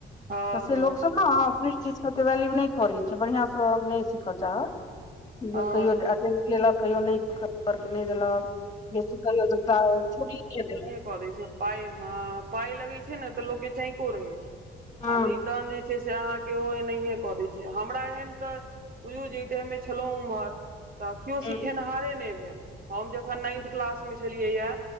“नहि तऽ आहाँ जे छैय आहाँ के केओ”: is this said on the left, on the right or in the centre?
Right